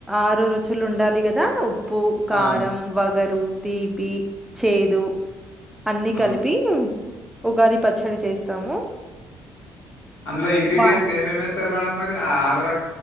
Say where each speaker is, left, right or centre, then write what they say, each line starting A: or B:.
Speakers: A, in the centre; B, on the left (about 50°).
A: ఆరు రుచులు ఉండాలి గదా ఉప్పు కారం
B: అవును
A: వ వగరు తీపి చేదు అన్ని
B: అవును
A: కలిపి ఉగాది ప చ్చడి చేస్తాము.
B: అందులో ఇంగ్రీడియంట్స్
A: వా
B: ఏమేమి యేస్తారు మేడం మరి ఆరు రకాల